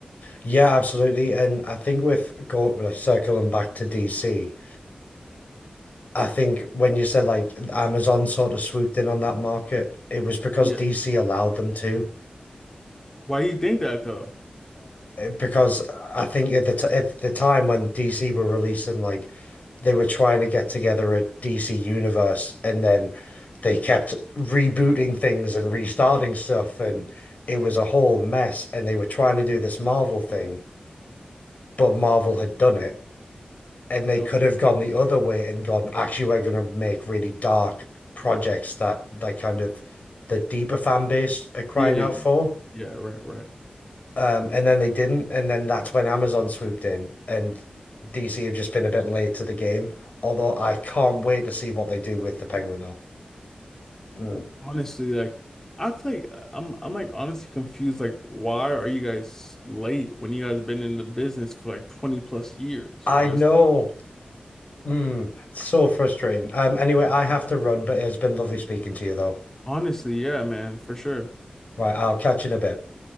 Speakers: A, on the left (about 60°); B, on the left (about 15°).
A: Yeah, absolutely. And I think with go like circling back to DC, I think when you said like Amazon sort of swooped in on that market, it was because
B: Yeah.
A: DC allowed them to.
B: Why do you think that though?
A: because I think at the t at the time when DC were releasing, like they were trying to get together a DC universe, and then they kept rebooting things and restarting stuff, and it was a whole mess. And they were trying to do this Marvel thing, but Marvel had done it, and they
B: Oh,
A: could have gone the other way and gone, actually, we're going to make really dark projects that that kind of the deeper fan base are crying
B: yeah, yeah,
A: out
B: yeah.
A: for.
B: Yeah, right, right.
A: Um, and then they didn't, and then that's when Amazon swooped in, and DC have just been a bit late to the game. Although I can't wait to see what they do with the Penguin, though. Mm.
B: Honestly, like I feel like I'm I'm like honestly confused. Like, why are you guys late when you guys been in the business for like 20 plus years?
A: I
B: Honest,
A: know. Mm, it's so frustrating. Um, anyway, I have to run, but it's been lovely speaking to you, though.
B: honestly, yeah, man, for sure.
A: Right, I'll catch you in a bit.